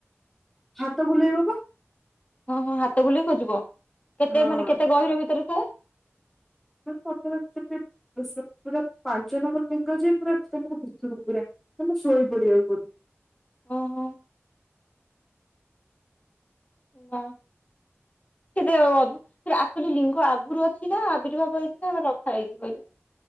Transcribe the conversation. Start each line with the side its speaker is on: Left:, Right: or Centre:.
Centre: ହାତ ବୁଲେଇବ ବା।
Left: ହଁହଁ ହାତ ବୁଲେଇ ଖୋଜିବ କେତେ
Centre: ହଁ
Left: ମାନେ କେତେ ଗହିର ଭିତରେ ଥାଏ?
Centre: <unintelligible> ସେପୁରା ପାଞ୍ଚ ନମ୍ବର ଲିଙ୍ଗ ଯିଏ ପୁରା ଭିତରୁକୁ ପୁରା। ମାନେ ଶୋଇ ପଡିଆକୁ ପଡିବ।
Left: ଅ ହଁଁ। ହାଲୋ ସତରେ ଅଧା ଆକ୍ଚୁଆଲି ଲିଙ୍ଗ ଆଗରୁ ଅଛି ନା ଆବିର୍ଭାବ ହେଇଚି ନା ରଖାହେଇଚି କଇଲୁ?